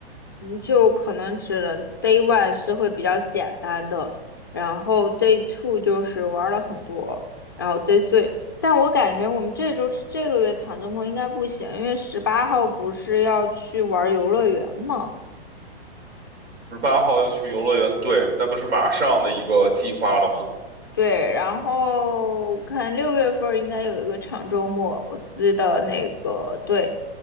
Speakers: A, on the left; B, on the right.
A: 你就可能只能 day one 是会比较简单的，然后 day two 就是玩了很多，然后 day three，但我感觉我们这周这个月长周末应该不行，因为十八号不是要去玩游乐园嘛。
B: 十八号要去游乐园，对，那不是马上的一个计划了吗？
A: 对，然后看六月份儿应该有一个长周末，我记得那个对，